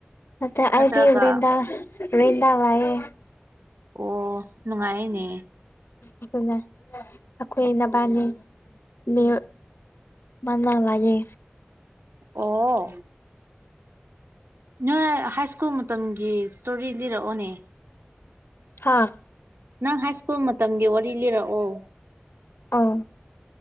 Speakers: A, on the left; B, on the right.
A: ꯅꯠꯇꯦ
B: ꯅꯠꯇ꯭ꯔꯒ
A: ꯑꯗꯤ ꯔꯦꯟꯗꯥ ꯔꯦꯟꯗ ꯂꯩꯌꯦ
B: ꯑꯣ ꯅꯨꯡꯉꯥꯏꯅꯦ
A: ꯑꯗꯨꯅ ꯑꯩꯈꯣꯏ ꯅꯕꯥꯅꯤ ꯃꯤ ꯃꯥꯟꯅ ꯂꯩꯌꯦ
B: ꯑꯣ ꯅꯣꯏ ꯍꯥꯏꯀꯨꯜ ꯁ꯭ꯀꯨꯜ ꯃꯇꯝꯒꯤ ꯏꯁ꯭ꯇꯣꯔꯤ ꯂꯤꯔꯛꯑꯣꯅꯦ
A: ꯍꯥꯥ
B: ꯅꯪ ꯍꯥꯏ ꯁ꯭ꯀꯨꯜ ꯃꯇꯝꯒꯤ ꯋꯥꯔꯤ ꯂꯤꯔꯛꯑꯣ
A: ꯑꯣ